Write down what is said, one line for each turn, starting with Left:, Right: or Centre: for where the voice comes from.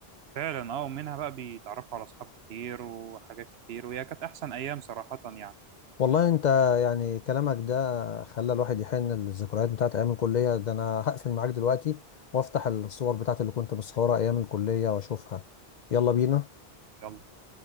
Right: فعلا أه ومنها بقى بيتعرفوا على أصحاب كتير وحاجات كتير وهي كانت أحسن أيام صراحة يعني
Left: والله أنت يعني كلامك ده خلى الواحد يحن للذكريات بتاعت أيام الكلية ده أنا هقفل معاك دلوقتي وأفتح الصور بتاعت اللي كنت مصورها أيام الكلية وأشوفها يلا بينا
Right: يلا